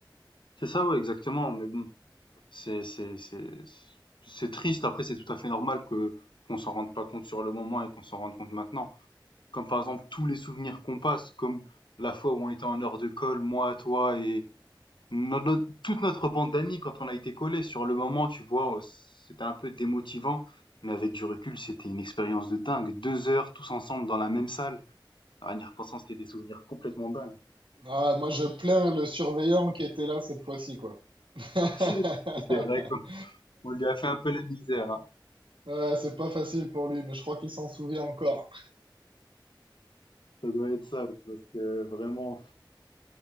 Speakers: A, on the left (about 70°); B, on the right (about 85°).
A: C'est ça, ouais, exactement. Mais bon, c'est, c'est, c'est, c'est triste. Après, c'est tout à fait normal que, qu'on s'en rende pas compte sur le moment et qu'on s'en rende compte maintenant. Comme par exemple, tous les souvenirs qu'on passe, comme la fois où on était en heure de colle, moi, toi et, Notre toute notre bande d'amis quand on a été collés, sur le moment, tu vois, euh, c'était un peu démotivant, mais avec du recul, c'était une expérience de dingue. deux heures tous ensemble dans la même salle. Ah, En y repensant, c'était des souvenirs complètement dingues.
B: Ah, moi je plains le surveillant qui était là cette fois-ci quoi. <laughs>
A: <laughs> C'est vrai qu'on lui a fait un peu la misère, hein.
B: Ouais, c'est pas facile pour lui, mais je crois qu'il s'en souvient encore.
A: Ça doit être ça, parce que vraiment,